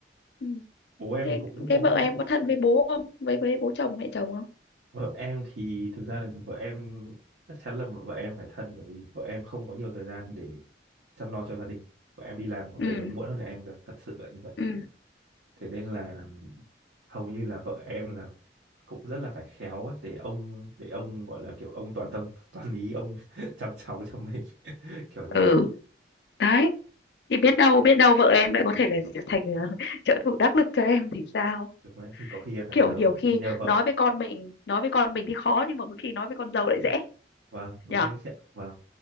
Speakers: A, on the left; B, on the right.
A: ừ.
B: bố em
A: thế
B: thì cũng
A: cái
B: cũng
A: vợ
B: cũng
A: em
B: cũng
A: có thân với bố không với với bố chồng mẹ chồng không
B: vợ em thì thực ra là vợ em chắc chắn là vợ em phải thân bởi vì vợ em không có nhiều thời gian để chăm lo cho gia đình vợ em đi làm còn
A: ừ
B: về còn muộn hơn cả em cơ thật sự là như vậy
A: ừ
B: thế nên là hầu như là vợ em là cũng rất là phải khéo ấy, để ông để ông gọi là kiểu ông toàn tâm <laughs> toàn ý ông <laughs> chăm cháu cho mình <laughs> kiểu như
A: ừ
B: vậy
A: đấy thì biết đâu biết đâu vợ em lại có thể là thành <laughs> trợ thủ đắc lực cho em thì sao
B: đúng đấy thì có khi em phải
A: kiểu
B: nhờ
A: nhiều khi
B: nhờ vợ
A: nói với con mình nói với con mình thì khó nhưng mà có khi nói với con dâu lại dễ
B: vâng đúng
A: nhở
B: đấy chị ạ vâng